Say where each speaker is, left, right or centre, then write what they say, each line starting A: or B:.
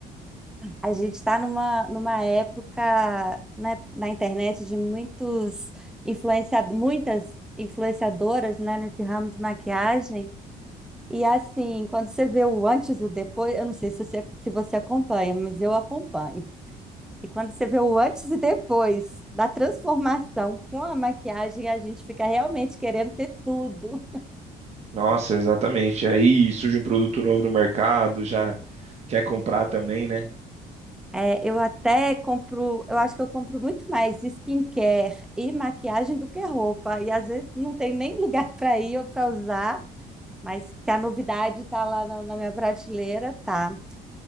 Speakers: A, in the centre; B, on the right.
A: a gente está numa, numa época, né, na internet de muitos influenciado, muitas influenciadoras, né, nesse ramo de maquiagem. E assim, quando você vê o antes e o depois, eu não sei se você, se você acompanha, mas eu acompanho. E quando você vê o antes e depois da transformação com a maquiagem, a gente fica realmente querendo ter tudo.
B: Nossa, exatamente. Aí surge um produto novo no mercado, já quer comprar também, né?
A: É, eu até compro, eu acho que eu compro muito mais skincare e maquiagem do que roupa. E às vezes não tem nem lugar <laughs> para ir ou para usar, mas que a novidade está lá na, na minha prateleira, tá.